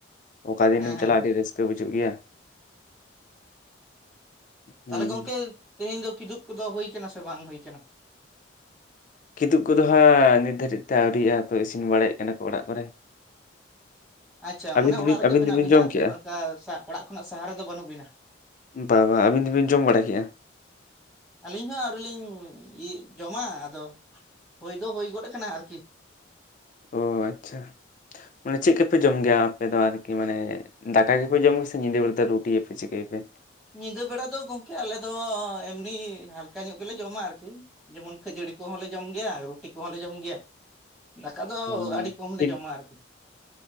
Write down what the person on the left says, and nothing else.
ᱚᱠᱟ ᱫᱤᱱᱮᱢ
ᱪᱟᱞᱟᱜᱼᱟ ᱟᱹᱰᱤ ᱨᱟᱹᱥᱠᱟᱹ ᱵᱩᱡᱩᱜ ᱜᱮᱭᱟ ᱦᱩᱸ
ᱠᱤᱛᱛᱩᱩᱜ ᱠᱚᱫᱚ ᱦᱟᱸᱜ ᱱᱤᱛ ᱫᱷᱟᱹᱨᱤᱡ ᱛᱮ ᱟᱹᱣᱨᱤᱜᱼᱟ ᱛᱚ ᱤᱥᱤᱱ ᱵᱟᱲᱟᱭᱮᱫ ᱠᱟᱱᱟ ᱠᱚ ᱚᱲᱟᱜ ᱠᱚᱨᱮ
ᱟᱹᱵᱤᱱ
ᱫᱚᱵᱤᱱ
ᱟᱹᱵᱤᱱ
ᱫᱚᱵᱤᱱ
ᱡᱚᱢ
ᱠᱮᱜᱼᱟ
ᱵᱟ ᱵᱟᱝ ᱟᱹᱵᱤᱱ ᱫᱚᱵᱤᱱ ᱡᱚᱢ ᱵᱟᱲᱟ ᱠᱮᱫᱮᱫᱼᱟ
ᱚ ᱟᱪᱪᱷᱟ ᱢᱟᱱᱮ ᱪᱮᱫ ᱠᱚᱯᱮ ᱡᱚᱢ ᱜᱮᱭᱟ ᱟᱯᱮ ᱫᱚ ᱟᱨᱠᱤ ᱢᱟᱱᱮ ᱫᱟᱠᱟ ᱠᱮᱯᱮ ᱡᱚᱢ ᱠᱚ ᱥᱮ ᱧᱤᱫ ᱵᱮᱞ ᱛ ᱨᱩᱴᱤ ᱮᱮᱯᱮ ᱪ ᱦᱮᱯᱮ
ᱢᱟᱱᱮ
ᱴᱷᱤᱠ